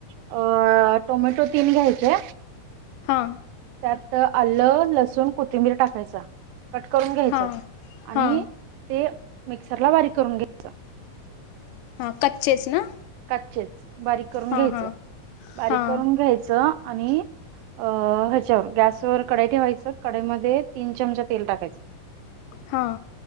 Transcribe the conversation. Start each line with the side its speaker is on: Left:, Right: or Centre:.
Right: अ- टोमॅटो तीन घ्यायचे
Left: हा
Right: त्यातं आलं, लसूण, कोथिंबीर टाकायचं कट करून घ्यायचं
Left: हां
Right: आणि
Left: हां
Right: ते मिक्सरला बारीक करून घ्यायचं
Left: हा कचेच ना
Right: कचेच बारीक करून
Left: हां
Right: घ्यायचं
Left: हां
Right: बारीक
Left: हां
Right: करून घ्यायचं आणि अ- हेच्यावर गॅसवर कढई ठेवायच कढईमध्ये तीन चमचा तेल टाकायचं
Left: हां